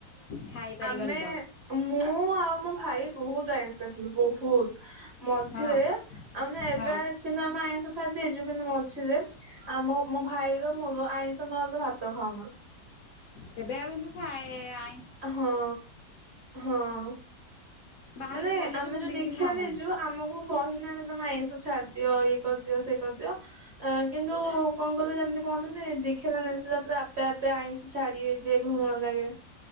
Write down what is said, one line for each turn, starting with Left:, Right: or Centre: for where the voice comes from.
Left: ଖାଇପାରିବନି
Right: ଆମେ
Left: ତ
Right: ମୁଁ ଆଉ ମୋ ଭାଇ। ବହୁତ ଆଇନ୍ସ ଆଥିଲୁ ବହୁତ ମଝିରେ
Left: ହଁ
Right: ଆଉ ମାନେ ଏବେନ୍ତୁ
Left: ହଁ
Right: ଆମ ଆଇ ଛାଡି ଦେଇଛୁ କିନ୍ତୁ ମଝିରେ ଆମ ମୋ ଭାଇର ମୋର ଆଇଁଷ ନରେ ଭାତ ଖାଉନ।
Left: ତେବେ ଆଉ ନୁ ଖାଏ ଆଁ
Right: ହଁ ହଁ।
Left: ବାହାରକୁ
Right: ମାନେ
Left: ଗଲେ
Right: ଆମେ
Left: ବି ସେମିତି
Right: ଯୋଉ ଦିକ୍ଷାନେଇଚୁ
Left: କିଛି ଖାଉନାହାନ୍ତି।
Right: ଆମକୁ କହିନାନ ତମେ ଆଁଇ ଛାଦିଅ ଇଏ କରିଦିଅ ସେଇ କରିଦିଅ କିନ୍ତୁ କଣ କହିଲ ଯେମିତି କୁହନ। ଦେଖିଲା ନସିଲା ପୁରା ଆପେ ଆପେ ଆଇଁଷି ଛାଡି ହେଇଯଏ ଘୃଣା ଲାଗେ।